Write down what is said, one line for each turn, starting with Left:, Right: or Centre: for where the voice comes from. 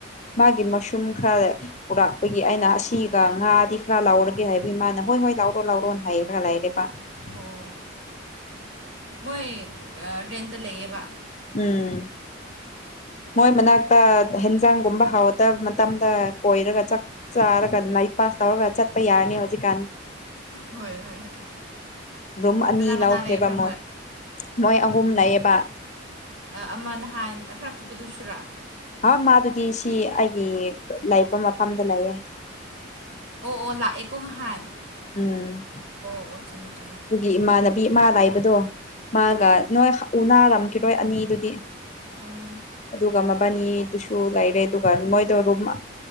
Left: ꯃꯥꯒꯤ ꯃꯁꯨꯝ ꯈꯔ ꯎꯔꯥꯛꯄꯒꯤ ꯑꯩꯅ ꯑꯁꯤꯒ ꯉꯥꯗꯤ ꯈꯔ ꯂꯥꯎꯔꯒꯦ ꯍꯥꯏꯕꯒꯤ ꯃꯥꯅ ꯍꯣꯏ ꯍꯣꯏ ꯂꯥꯎꯔꯣ ꯂꯥꯎꯔꯣꯅ ꯍꯥꯏꯩꯔꯒ ꯂꯥꯏꯔꯦꯕ
Right: ꯑꯣ ꯃꯣꯏ ꯔꯦꯟꯇ ꯂꯩꯌꯦꯕ
Left: ꯎꯝ ꯃꯣꯏ ꯃꯅꯥꯛꯇ ꯍꯦꯟꯖꯥꯡꯒꯨꯝꯕ ꯍꯥꯎꯗꯕ ꯃꯇꯝꯗ ꯀꯣꯏꯔꯒ ꯆꯥꯛꯆꯔꯒꯅꯥ ꯄꯥꯁ ꯇꯧꯔꯒ ꯆꯠꯄ ꯌꯥꯔꯅꯤ ꯍꯧꯖꯤꯛꯀꯥꯟ
Right: ꯍꯣꯏ ꯍꯣꯏ ꯍꯣꯏ
Left: ꯔꯨꯝ ꯑꯅꯤ
Right: ꯀꯅꯥ ꯀꯅꯥ
Left: ꯂꯧꯈ꯭ꯔꯦꯕ
Right: ꯂꯩꯕ꯭ꯔꯥ
Left: ꯃꯣꯏ ꯃꯣꯏ ꯑꯍꯨꯝ
Right: ꯃꯤ
Left: ꯂꯩꯑꯕ
Right: ꯑꯃ ꯅꯍꯥꯟ ꯈꯔ ꯄꯤꯛꯄꯗꯨ ꯁꯨꯔꯥ
Left: ꯑ ꯃꯥꯗꯨꯗꯤ ꯁꯤ ꯑꯩꯒꯤ ꯂꯩꯕ ꯃꯐꯝꯗ ꯂꯩꯌꯦ
Right: ꯑꯣ ꯑꯣ ꯂꯥꯛꯑꯦꯀꯣꯍꯥꯟ
Left: ꯎꯝ
Right: ꯍꯣꯠ ꯁꯃ
Left: ꯑꯗꯨꯒꯤ ꯏꯃꯥꯟꯅꯕꯤ ꯏꯃꯥ ꯂꯥꯏꯕꯗꯣ ꯃꯥꯒ
Right: ꯎꯝ
Left: ꯅꯣꯏ ꯎ ꯅꯥꯔꯝꯈꯤꯔꯣꯏ ꯑꯅꯤꯗꯨꯗꯤ
Right: ꯑꯣ
Left: ꯑꯗꯨꯒ ꯃꯕꯥꯅꯤꯗꯨꯁꯨ ꯂꯩꯔꯦ ꯑꯗꯨꯒ ꯃꯣꯏꯗꯣ ꯔꯨꯝ